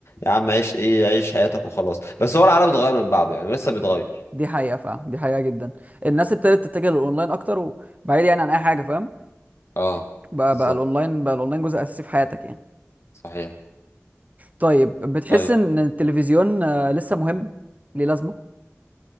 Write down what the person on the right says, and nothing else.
دي حقيقه فعلا دي حقيقه جدا الناس ابتدت تتجه للاونلاين اكتر وبعيد يعني عن اي حاجه فاهم
بقى
بقى الاونلاين بقى الاونلاين جزء اساسي في حياتك يعني
طيب بتحس
ان التلفزيون آه، لسه مهم ليه لازمه